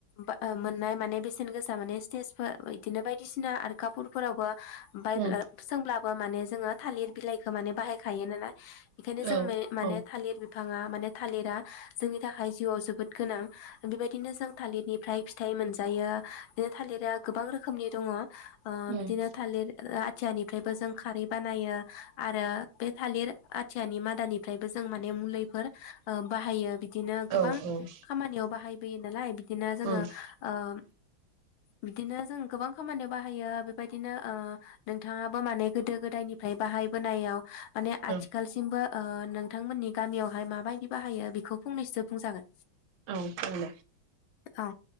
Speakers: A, on the left (about 80°); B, on the right (about 80°).
A: ओह मोननाय माने बेसेन गोसा माने स्टेजफोर बिदिनो बायदिसिना आर कपुरफोरावबो ओमफ्राय
B: उम
A: ब्लो सोंब्लाब बो माने जोङो थालिर बिलाइखो माने बाहायखायो नो ना बेखायनो जों
B: औ
A: मे माने
B: औ
A: थालिर बिफ फाङा मानेथ थालिरा जोंनि थाखाय जिउआव जोबोद गोनां बेबायदिनो जों थालिरनिफ्राय फिथाइ मोनजायो बिनो थालिरा गोबां रोखोमनि दङ। ओह बिदिनो
B: उम
A: थालिर ओ आथ थियानिफ्रायबो जों खारै बानायो आरो बे थालिर आथियानि मादानिफ्रायबो जों माने मुलिफोर ओह बाहायो बिदिनो गोबां
B: औ औ उम
A: खामानियाव बाहायबोयो नालाय बिदिनो जोङो
B: उम ओं औ जागोन
A: ओह बिदिनो जों गोबां खामानियाव बाहायो बेबायदिनो ओह नोंथाङाबो माने गोदो गोदायनिफ्राय बाहायबोनायाव माने आथिखालसिमबो
B: दे ओं
A: ओह नोंथांमोननि गामियावहाय माब बायदि बाहायो बेखौ फंनैसो बुंजागोन
B: औ औ
A: औ